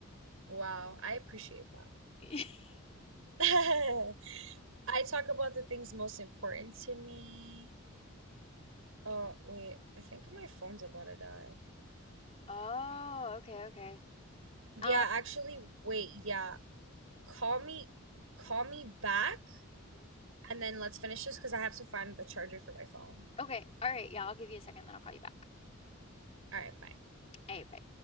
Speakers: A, on the right (about 75°); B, on the left (about 30°).
A: Wow, I appreciate
B: <laughs>
A: that. <laughs> I talk about the things most important to me. Oh, wait, I think my phone's about to die.
B: Oh, okay, okay. Um,
A: Yeah, actually, wait, yeah. Call me call me back
B: Mhm.
A: and then let's finish this because I have to find the charger for my phone.
B: okay. All right. Yeah, I'll give you a second, then I'll call you back.
A: All right, bye.
B: Hey, bye.